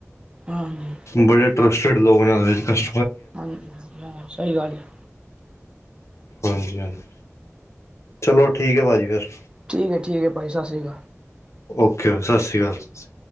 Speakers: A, on the right; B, on the left.
A: ਹਾਂਜੀ
B: ਬੜੇ ਟਰਸਟਿੱਡ ਲੋਕ ਨੇ ਉਹਦੇ ਕਸ
A: ਹਾਂਜੀ- ਹਾਂਜੀ ਹਾਂ ਸਹੀ ਗੱਲ ਹੈ।
B: ਹਾਂਜੀ- ਹਾਂਜੀ। ਚਲੋ ਠੀਕ ਹੈ ਭਾਜੀ ਫੇਰ।
A: ਠੀਕ ਹੈ ਠੀਕ ਹੈ ਭਾਈ ਸਤਿ ਸ਼੍ਰੀ
B: ਓਕੇ, ਸਤ ਸ਼੍ਰੀ ਅਕਾਲ ਸਤ